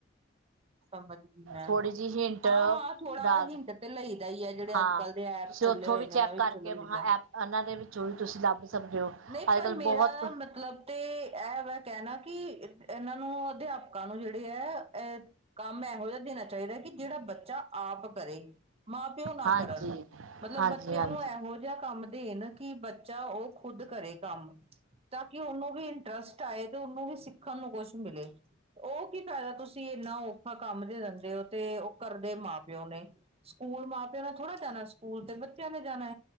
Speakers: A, on the right; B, on the right.
A: ਸਮਜੀ ਹਾਂ
B: ਥੋੜ੍ਹੀ ਜਿਹੀ ਹਿੰਟ
A: ਹਾਂ ਥੋੜਾ
B: ਡਾਲ
A: ਹਿੰਟ ਤੇ ਲਈ ਦਾ ਹੀ ਹੈ ਜਿਹੜੇ
B: ਹਾਂ
A: ਅੱਜ ਕਲ ਦੇ ਐਪ
B: ਤੁਸੀਂ
A: ਚੱਲੇ
B: ਉੱਥੋਂ
A: ਹੋਏ
B: ਵੀ ਚੈੱਕ
A: ਨੇ ਉਹਨਾਂ ਵਿੱਚੋਂ
B: ਕਰਕੇ
A: ਲ
B: ਵਹਾਂ
A: ਲਈ ਦਾ
B: ਐਪ ਇਹਨਾਂ ਦੇ ਵਿੱਚੋਂ ਵੀ ਤੁਸੀਂ ਲੱਭ ਸਕਦੇ ਹੋ
A: ਨਹੀਂ
B: ਅੱਜ
A: ਪਰ
B: ਕੱਲ੍ਹ
A: ਮੇਰਾ
B: ਬਹੁਤ ਕੁ
A: ਮਤਲਬ ਤੇ ਇਹ ਵਾ ਕਹਿਣਾ ਕਿ ਇਹਨਾਂ ਨੂੰ ਅਧਿਆਪਕਾਂ ਨੂੰ ਜਿਹੜੇ ਹੈ ਅਹ ਕੰਮ ਇਹੋ ਜਿਹੇ ਦਿਨਾਂ ਚਾਹੀਦਾ ਕਿ ਜਿਹੜਾ ਬੱਚਾ ਆਪ ਕਰੇ ਮਾਂ ਪਿਓ ਨਾ
B: ਹਾਂਜੀ
A: ਕਰਨ ਮਤਲਬ
B: ਹਾਂਜੀ
A: ਬੱਚਿਆਂ
B: ਹਾਂਜੀ
A: ਨੂੰ ਇਹੋ ਜਿਹਾ ਕੰਮ ਦੇਣ ਕਿ ਬੱਚਾ ਉਹ ਖੁਦ ਕਰੇ ਕੰਮ ਤਾਂ ਕਿ ਉਹਨੂੰ ਵੀ ਇੰਟਰਸਟ ਆਏ ਤੇ ਉਹਨੂੰ ਵੀ ਸਿੱਖਣ ਨੂੰ ਕੁਛ ਮਿਲੇ ਉਹ ਕੀ ਫਾਇਦਾ ਤੁਸੀਂ ਇਨਾ ੱਖਾ ਕੰਮ ਦੇ ਦਿੰਦੇ ਉਹ ਤੇ ਉਹ ਘਦੇ ਮਾਂ ਪਿਓ ਨੇ ਸਕੂਲ ਮਾਂ ਪਿਓ ਨੇ ਥੋੜ੍ਹਾ ਜਾਣਾ ਸਕੂਲ ਤੇ ਬੱਚਿਆਂ ਨੇ ਜਾਣਾ